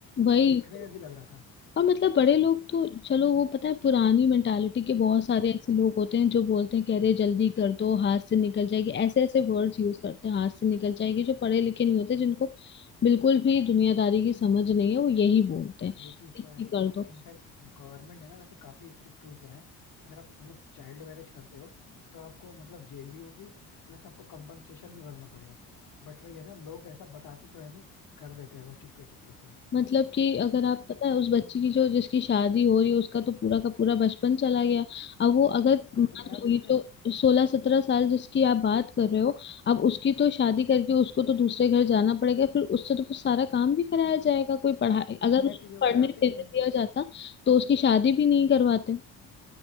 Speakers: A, on the left (about 30°); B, on the left (about 65°).
A: वही
B: देखने
A: तो।
B: में भी लग रहा था
A: और मतलब बड़े लोग तो चलो वो पता है पुरानी मेंटालिटी के बहुत सारे ऐसे लोग होते हैं जो बोलते हैं कह रहे जल्दी कर दो हाथ से निकल जाएगी ऐसे ऐसे वर्ड्स यूज करते हैं हाथ से निकल जाएगी जो पढ़े लिखे नहीं होते जिनको बिल्कुल भी दुनियादारी की समझ नहीं है वो यही बोलते हैं
B: ये चीज
A: जल्दी
B: तो है
A: कर दो
B: इनफैक्ट गवर्नमेंट ने ना वैसे काफी स्ट्रिक्ट रूल्स बनाए कि अगर आप मतलब चाइल्ड मैरिज करते हो तो आपको मतलब जेल भी होगी प्लस आपको कंपनसेशन भी भरना पड़ेगा बट वही है ना लोग ऐसा बताते तो है नहीं कर देते हैं बस चुपके चुपके से
A: मतलब कि अगर आप पता है उस बच्ची की जो जिसकी शादी हो रही है उसका तो पूरा का पूरा बचपन चला गया अब वो अगर
B: हाँ
A: मान
B: वो तो खराब
A: लो
B: ही हो
A: ये
B: गया
A: जो सोलह सत्रह साल जिसकी आप बात कर रहे हो अब उसकी तो शादी करके उसको तो दूसरे घर जाना पड़ेगा फिर उससे तो फिर सारा काम भी कराया जाएगा कोई पढ़ाई
B: एग्जैक्टली
A: अगर
B: exactly,
A: उसको
B: वो
A: पढ़ने
B: कराते
A: देने
B: ही हैं
A: दिया जाता तो उसकी शादी भी नहीं करवाते